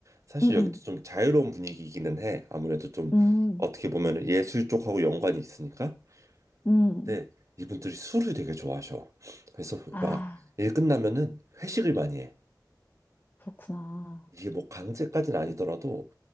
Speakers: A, on the right; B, on the left.
A: 사실
B: 음,
A: 여기도 좀 자유로운 분위기이기는 해. 아무래도 좀
B: 음,
A: 어떻게
B: 음.
A: 보면 예술 쪽하고 연관이 있으니까.
B: 음.
A: 근데 이분들이 술을 되게 좋아하셔. 그래서
B: 아,
A: 막 일 끝나면은 회식을 많이 해.
B: 그렇구나.
A: 이게 뭐 강제까지는 아니더라도